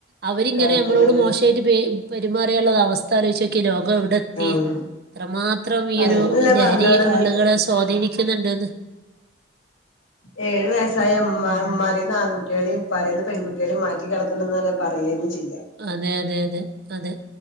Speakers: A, on the right; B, on the left.
A: അവരിങ്ങനെ
B: കടത്തണത്
A: നമ്മളോട് മോശായിട്ട്പെ പെരുമാറിയാ ള്ളൊരു അവസ്ഥ അവസ്ഥ ആലോയ്ച്ചോകിയെ ലോകം എവിടെത്തി
B: ആഹ്
A: എത്രമാത്രം ഈ
B: അതന്നല്ലേ
A: ഒരു ലഹരി
B: പറഞ്ഞോട്
A: ആളുകളെ സ്വാധീനിച് ക്ക് ന്ന്ണ്ട്ത്
B: ഏഴ് വയസ് വയസായ മ്മ
A: ഉം
B: മ്മാരെന്ന് ആങ്കു ട്ടിയെളീം <unintelligible> പ്പാരെന്ന് പെങ്കുട്ടിയേളീം മാറ്റി കടത്തണം ന്നാണ് പറയ്യെന്നെ ചെയ്യായ്--‌
A: അതെ അതെ അതെ അതെ